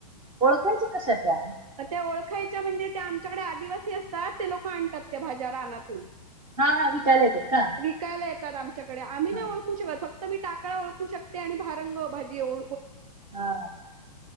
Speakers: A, on the right; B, on the right.
A: ओळखायच्या कशा त्या
B: आता त्या ओळखायच्या म्हणजे त्या आमच्याकडे आदिवासी असतात ते लोक आणतात त्या भाज्या रानातून
A: हा हा विकायला येतात का?
B: विकायला येतात आमच्याकडे आम्ही
A: हा
B: नाय ओळखू शकत फक्त मी टाकळा ओळखू शकते आणि भारंग भाजी एव
A: हा